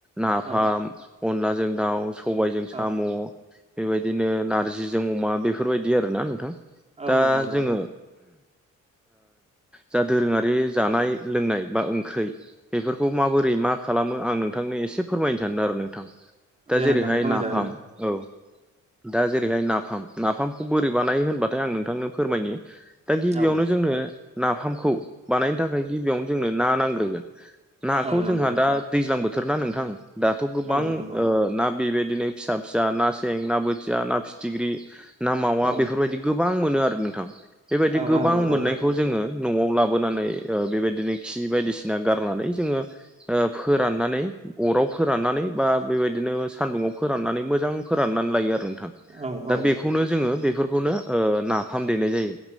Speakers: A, in the centre; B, on the right.
A: नाफाम
B: औ
A: अनलाजों दाउ सबायाइजों
B: औ
A: साम' बेबायदिनो नार्जिजों अमा बेफोरबायदि आरोना नोंथां
B: औ
A: दा
B: औ नंगौ
A: जोंङो जा दोरोंङारि जानाय लोंनाय बा ओंख्रै बेफोरखौ माबोरै मा खालामो आं नोंथांनो एसे फोरमायनो सानदों आरो नोंथां दा
B: दे
A: जेरैहाय
B: नोंथां फोरमायजागोन
A: नाफाम
B: दे
A: औ दा जेरैहाय नाफाम नाफामखौ बोरै बानायो होनबाथाय आं नोंथांनो फोरमायनो दा गिबियावनो
B: औ
A: जोंनो नाफामखौ बानायनो थाखाय गिबियावनो जोंनो ना नांग्रोगोन नाखौ
B: औ नंगौ
A: जोंहा दा दैज्लां बोथोर ना नोंथां दाथ' गोबां
B: औ नंगौ
A: ना बेबायदिनो फिसा फिसा ना सें ना बोथिया ना फिथिख्रि ना मावा
B: औ
A: बेफोरबायदि गोबां मोनो आरो नोंथां बेबायदि
B: औ
A: गोबां
B: औ नंगौ
A: मोननायखौ जोङो न'आव लाोनानै बेबायदिनो खि बायदिसिना गारनानै जोङो ओ फोराननानै अराव फोराननानै बा बेबायदिनो सानदुङाव फोराननानै मोजां फोराननानै लायो आरो नोंथां
B: औ
A: दा
B: औ
A: बेखौनो जोङो बेफोरखौनो ओ नाफाम देनाय जायो